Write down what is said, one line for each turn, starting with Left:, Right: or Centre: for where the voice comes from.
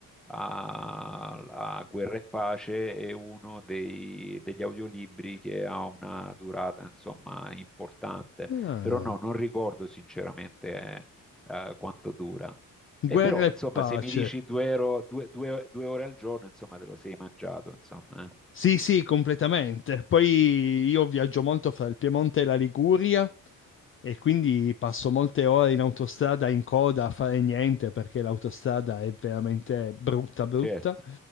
Centre: a, a Guerra e Pace è uno dei- degli audiolibri che ha una durata insomma importante,
Left: Ah.
Centre: però no, non ricordo sinceramente eh, quanto dura. E
Left: Guerra
Centre: però,
Left: e
Centre: insomma,
Left: pace.
Centre: se mi dici due, euro, due, due- due ore al giorno, insomma, te lo sei mangiato, insomma. eh.
Left: Sì, sì, completamente. Poi io viaggio molto fra il Piemonte e la Liguria e quindi passo molte ore in autostrada in coda a fare niente perché l'autostrada è veramente brutta, brutta.
Centre: Certo,